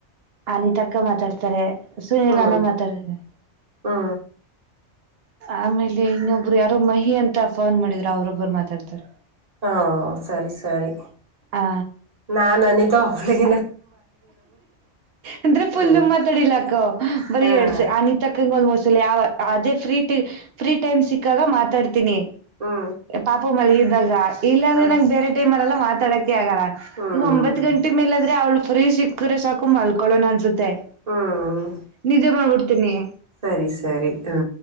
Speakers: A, on the right; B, on the right.
A: ಅನಿತಕ್ಕ ಮಾತಾಡ್ತಾರೆ. ಸುನಿಲ
B: ಹ್ಞೂ
A: ಅನ್ನ ಮಾತಾಡತವೆ.
B: ಹ್ಞೂ
A: ಆಮೇಲೆ ಇನ್ನೊಬ್ರು ಯಾರೋ ಮಹಿ ಅಂತ ಫೋನ್ ಮಾಡಿದ್ರ ಅವ್ರೊಬ್ಬರು ಮಾತಾಡ್ತಾರ.
B: ಹಾ ಸರಿ ಸರಿ
A: ಆ
B: ನಾಾನನ್ನಿತ ಅವಳಗ.
A: ಅಂದ್ರೆ
B: ಹ್ಞೂ
A: ಫುಲ್ಲ ಮಾತಾಡಿಲ್ಲಕ್ಕ ಬರಿ
B: ಹಾಂ
A: ಎಡ್ಸ ಅನ ತಕ್ಕಂಗ ಆಲ್ಮೋಸ್ಟ್. ಅದೇ ಫ್ರೀ ಟ ಫ್ರೀ ಟೈಮ್ ಸಿಕ್ಕಾಗ ಮಾತಾಡ್ತೀನಿ.
B: ಹ್ಞೂ
A: ಪಾಪು ಮಲ್ಲಿ ಇದ್ದಾಗ ಇಲ್ಲಾಂದ್ರೆ
B: ಹಾಂ
A: ನಂಗಗೆ ಬೇರೆ ಟೈಮ್ನೆೆಲ್ಲ ಮಾತಾಡಕ್. ಆಗಲ್ಲ
B: ಹ್ಞೂ
A: ಈ ಒಂಬತ್ ಗಂಟೆ ಮೇಲಾದ್ರೆ ಅವ್ಳು ಫ್ರೀ ಸಿಕ್ಕ್ರೆ ಸಾಕು ಮಲ್ಕೊೊಳ್ಳೋಣ ಅನ್ಸುತ್ತೆ. ಮತ್ತ
B: ಹ್ಞೂ
A: ನಿಜೇ ಮಾಡ್ಬಿಡ್ತೀನಿ.
B: ಸರಿ ಸರಿ ಹ್ಞೂ